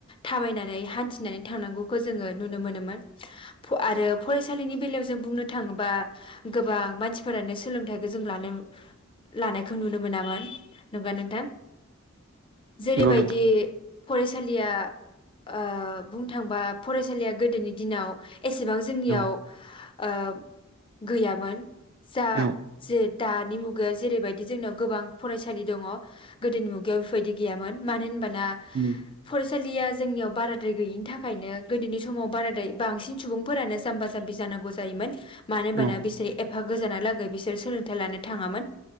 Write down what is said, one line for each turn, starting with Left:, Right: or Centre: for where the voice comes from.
Left: थाबायनानै हान्थिनानै थांनांगौखौ जोङो नुनो मोनोमोन फ आरो फरायस सालिनि बेलायाव जों बुंनो थाङोबा गोबां मानसिफोरानो सोलोंथाइखौ जों लानो लानायखौ नुनो मोनामोन नंगौ ना नोंथां? जेरैबायदि
Right: नंगौ नोंथां
Left: फरायसालिया ओ बुंनो थांबा फरायसालिया गोदोनि दिनाव एसेबां जोंनियाव
Right: औ
Left: ओ गैयामोन जा
Right: औ
Left: जेद दानि मुगायाव जेरैबायदि जोंनाव गोबां फरायसालि दङ गोदोनि मुगायाव बेफोरबायदि गैयामोन मानो होन बाना
Right: उम
Left: फरायस सालिया जोंनियाव बाराद्राय गैयिनि थाखायनो गोदोनि समाव बाराद्राय बांसिन सुबुंफोरानो जाम्बा जाम्बि जानांगौ जायोमोन। मानो होमबाना
Right: औ
Left: बिसोर एफ फा गोजाना लागै बिसोर सोलोंथाइ लानो थाङामोन।